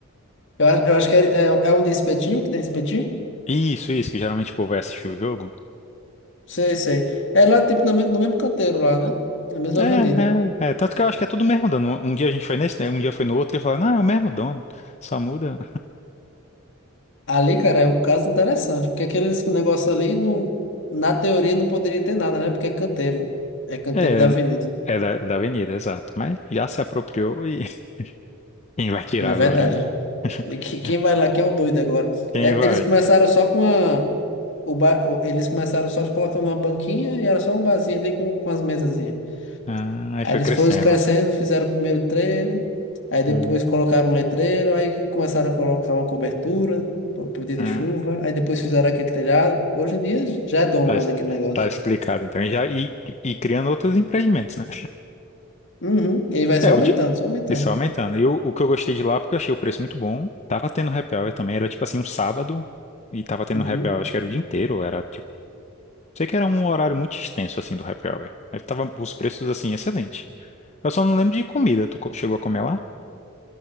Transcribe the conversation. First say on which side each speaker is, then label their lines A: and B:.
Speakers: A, on the left; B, on the left.
A: Eu, a- eu acho que é, é, é um de espetinho, que tem espetinho?
B: Isso, isso, que geralmente o povo vai assistir o jogo.
A: Sei, sei. É lá, tipo, no, me- no mesmo canteiro lá, né? Na mesma
B: É,
A: avenida.
B: é, é. Tanto que eu acho que é tudo o mesmo dono. Um dia a gente foi nesse, né? Um dia foi no outro e falaram, não, é o mesmo dono, só muda.
A: Ali, cara, é um caso interessante, porque aquele negócio ali, não, na teoria, não poderia ter nada, né? Porque é canteiro. É canteiro
B: É,
A: da avenida.
B: é da, da avenida, exato. Mas já se apropriou e <laughs> quem vai tirar
A: Não é verdade.
B: agora, né? <laughs>
A: E que- Quem vai lá que é o doido agora.
B: Quem
A: É,
B: vai?
A: eles começaram só com a... O ba- o- eles começaram só colocando uma banquinha e era só um barzinho ali com, com as mesazinhas.
B: Ah, aí
A: Aí
B: foi
A: eles
B: crescendo.
A: foram crescendo, fizeram o primeiro trailer, aí depois
B: Hum.
A: colocaram um letreiro, aí começaram a colocar uma cobertura para poder
B: Ah,
A: de chuva, aí depois fizeram aquele telhado. Hoje em dia já é dono
B: tá,
A: lá
B: es-
A: daquele negócio.
B: tá explicado, então. E, já, e, e criando outros empreendimentos, né?
A: Uhum. E aí vai
B: É,
A: só
B: o
A: aumentando,
B: de,
A: só aumentando.
B: isso aumentando. E o, o que eu gostei de lá, porque eu achei o preço muito bom. Tava tendo happy hour também, era tipo assim, um sábado, e tava tendo
A: Uhum.
B: happy hour, acho que era o dia inteiro, era tipo. Sei que era um horário muito extenso, assim, do happy hour. Aí tava os preços, assim, excelente. Eu só não lembro de comida. Tu co- chegou a comer lá?